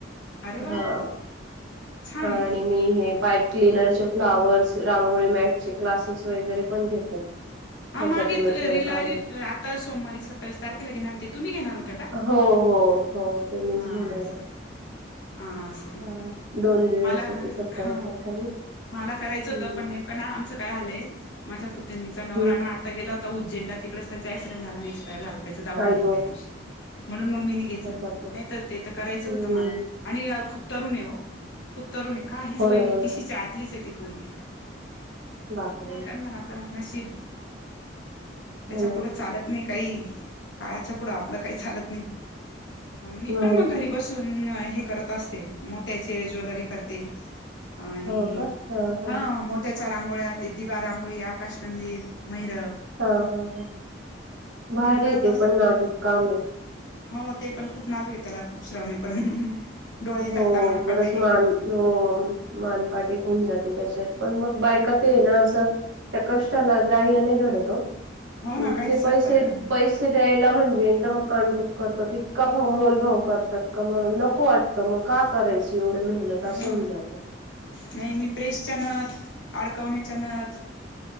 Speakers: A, on the left (about 75°); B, on the right (about 75°).
A: अरे वा
B: हा
A: छान
B: आणि
A: आहे.
B: मी हे पाय क्लिनरचे फ्लावर्स रांगोळी मॅटचे क्लासेस वगैरे पण घेते
A: हां
B: त्याच्यातूनच
A: मागे येत
B: वेळ
A: रिल
B: काढून
A: आली आत्ता सोमवारी सत्तावीस तारखेला घेणार होते तुम्ही घेणार होत्या का.
B: हो हो हो ते मीच
A: हा
B: घेणार
A: असं
B: आहे.
A: हा असं
B: हा दोन दिवस
A: मला
B: हेते सत्तावीस
A: हा
B: अठ्ठावीस.
A: मला करायचं
B: हम्म
A: होतं पण नेमकं ना आमचं काय झालंय माझ्या पुतनीचा नवरा
B: हम्म
A: ना. गेला होता उज्जैनला तिकडचं त्याच अक्सिडेंनट झालन एक्सपायर झाल त्याच दहाव
B: आई
A: आहे
B: गं
A: त्या दिवशी म्हणून मी. घेतलं
B: अरे बापरे!
A: नाही तर ते तर करायचं
B: हम्म.
A: होतं मला आणि खूप तरुण आहे हो. खूप तरुण आहे काहीच
B: हो
A: वय
B: ना,
A: नाही
B: हो ना.
A: तिशी च्या आतलीच आहे ती पोरगी
B: बापरे!
A: काय करणार आ ता नशीब त्याच्या
B: हो ना,
A: पुढ चालत नाही. काही काळाच्या पुढं आपलं काही चालत नाही. मी पण
B: हो
A: मग
B: ना.
A: घरी बसून हे करत असते मोत्याचे ज्वेलरी करते. आणि
B: हो का? हां, हां.
A: हा मो त्याच्या रांगोळ्या ते दिवा रांगोळी आकाश कंदील महिरप
B: हा हा हा भारी
A: मी करत
B: हेते
A: अस
B: पण नाजूक काम आहे.
A: हो ते पण खूप नाजूक हे त्याला खूप श्रम आहे पण. डोळे
B: हो
A: थकता मानपाट
B: बरच
A: एक
B: मान
A: होतं
B: हो. मानपाट ऐकून जाते त्याच्यात पण
A: हम्म
B: मग बायका ते आहे ना असं. त्या कस्टाला ग्राहय नाही धरतं ओ
A: हो
B: म्हणजे
A: ना काहीच
B: ते पैसे
A: प
B: पैसे. ते द्यायला म्हणजे एकदम काणकुच करतात इतका भाव मोलभाव करतात का म नको वाटत. तर मग का करायची एवढी मेहनत
A: हा
B: असं होऊन जात.
A: नाही मी प्रेसच्यानथ अडकवण्याच्या नथ